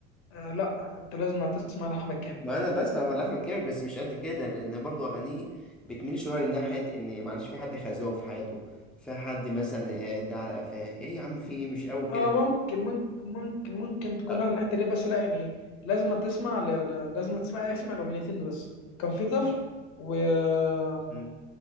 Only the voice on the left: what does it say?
آه لا أنت لازم تسمع لأحمد كامل
اه
ممكن ممكن ممكن ممكن تكون
رايح الحتة دي بس لا يعني لازم تسمع ل... ل... لازم تسمع اسمع الأغنيتين دول بس كان في طفل و اه